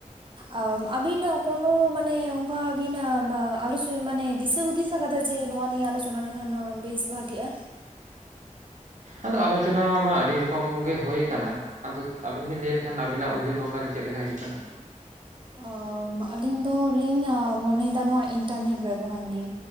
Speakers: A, on the right; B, on the right.
A: ᱟ ᱟᱹᱵᱤᱱ ᱦᱚᱸ ᱠᱳᱱᱳ ᱢᱟᱱᱮ ᱚᱝᱠᱟ ᱵᱤᱱ ᱵᱟ ᱟᱞᱚᱪ ᱢᱟᱱᱮ ᱫᱤᱥᱟᱹ ᱦᱩᱫᱤᱥ ᱟᱠᱟᱫᱟ ᱡᱮ ᱱᱚᱣᱟ ᱱᱤᱭᱟᱹ ᱟᱞᱳᱪᱚᱱᱟ ᱞᱮᱠᱷᱟᱱ ᱱᱚᱣᱟ ᱵᱮᱥ ᱵᱷᱟᱜᱤᱜᱼᱟ?
B: ᱟᱫᱚ ᱟᱞᱳᱪᱚᱱᱟ ᱢᱟ ᱟᱰᱤ ᱨᱚᱠᱚᱢ ᱜᱮ ᱦᱳᱭ ᱟᱠᱟᱱᱟ, ᱟᱫᱚ ᱟᱵᱤᱱ ᱵᱤᱱ ᱞᱟᱹᱭ ᱞᱮᱠᱷᱟᱱ ᱟᱵᱤᱱᱟᱜ ᱩᱭᱦᱟᱹᱨ ᱵᱷᱟᱵᱱᱟ ᱨᱮ ᱪᱮᱫ ᱞᱮᱠᱟ ᱦᱤᱡᱩᱜ ᱠᱟᱱᱟ᱾
A: ᱟᱻ ᱟᱹᱞᱤᱧ ᱫᱚᱞᱤᱧ ᱢᱚᱱᱮᱭᱮᱫᱟ ᱱᱚᱣᱟ ᱤᱱᱴᱟᱨᱱᱮᱴ ᱵᱮᱵᱚᱦᱟᱨ ᱱᱤᱭᱮ᱾